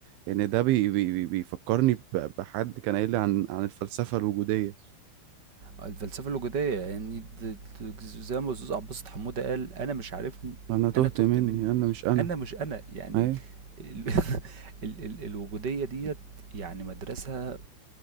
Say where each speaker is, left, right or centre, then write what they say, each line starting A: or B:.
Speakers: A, on the right; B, on the right.
A: يعني ده بي بي بي- بيفكرني ب- بحد كان قايل لي عن عن الفلسفة الوجودية
B: الفلسفة الوجودية يعني د- د- زي ما الأستاذ عباس حمودة قال أنا مش عارفني
A: انا تهت
B: أنا تهت
A: مني
B: مني
A: انا مش انا
B: أنا مش أنا يعني
A: اهي
B: ال <laughs> ال ال الوجودية ديت يعني مدرسة